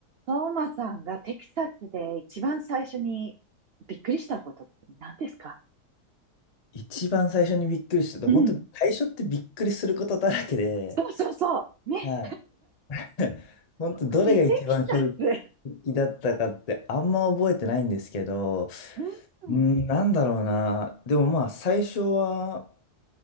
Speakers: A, on the right; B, on the left.
A: トーマさんがテキサスで一番最初にびっくりしたことって何ですか
B: 一番最初にびっくりしたと、
A: うん。
B: 本当最初ってびっくりすることだらけで、
A: そうそうそう。ね。
B: はい。<laughs> 本当どれが一番衝
A: 特にテキサス。
B: 撃だったかってあんま覚えてないんですけど、
A: うん。
B: うん、なんだろうな。でもまあ最初は、